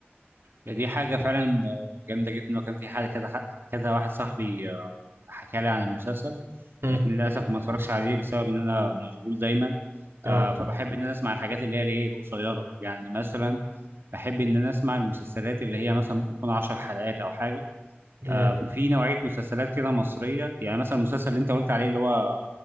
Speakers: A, on the right; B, on the right.
A: يعني دي حاجة فعلا آه، جامدة جدا وكان في حد كذا حد- كذا واحد صاحبي آه، حكى لي عن المسلسل
B: مم.
A: لكن للأسف ما اتفرجش عليه بسبب إن أنا مشغول دايما
B: تمام
A: آه، فبحب إن أنا أسمع الحاجات اللي هي الإيه القصيرة يعني مثلا بحب إن أنا أسمع المسلسلات اللي هي مثلا ممكن تكون 10 حلقات أو حاجة
B: مم.
A: آه، في نوعية مسلسلات كده مصرية يعني مثلا المسلسل اللي أنت قلت عليه اللي هو